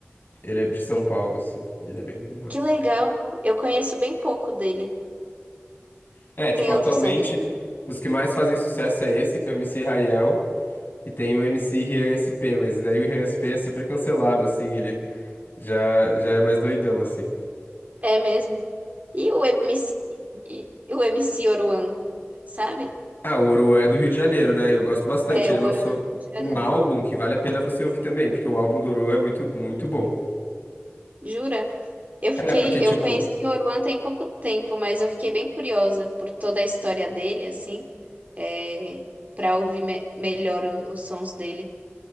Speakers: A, on the left (about 55°); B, on the right (about 35°).
A: Ele é de São Paulo, assim. Ele é bem massa.
B: que legal. Eu conheço bem pouco dele.
A: É, tipo,
B: Tem
A: atualmente,
B: outro sambista?
A: os que mais fazem sucesso é esse, que é o MC Hariel. E tem o MC Rian SP, mas daí o Rian SP é super cancelado, assim, ele... Já, já é mais doidão, assim.
B: É mesmo. E o MC, e o MC Oruan, sabe?
A: Ah, o Oruan é do Rio de Janeiro, né? E eu gosto bastante.
B: É,
A: Ele
B: o
A: lançou
B: Oruan do Rio de Janeiro.
A: um álbum que vale a pena você ouvir também, porque o álbum do Ouro é muito, muito bom.
B: Jura? Eu fiquei,
A: É, porque, tipo,
B: eu conheci o Oruan tem pouco tempo, mas eu fiquei bem curiosa por toda a história dele, assim, é, para ouvir me- melhor o- os sons dele.